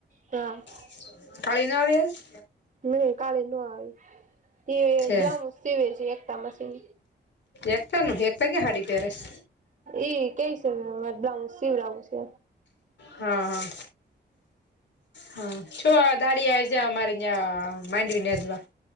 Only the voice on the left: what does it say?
<unintelligible>
છે
એકતા નું એકતા ક્યાં સાડી પહેરે સ
હા હા હા શું <unintelligible> જ્યાં અમારે ત્યાં માંડવીને જોવા